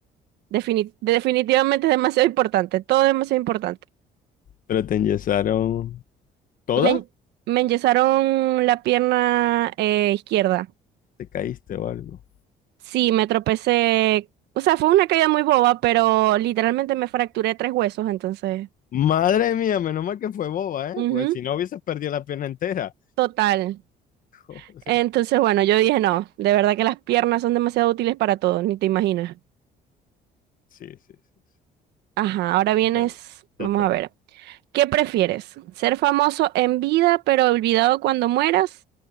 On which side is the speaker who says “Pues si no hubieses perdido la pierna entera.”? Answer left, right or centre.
Left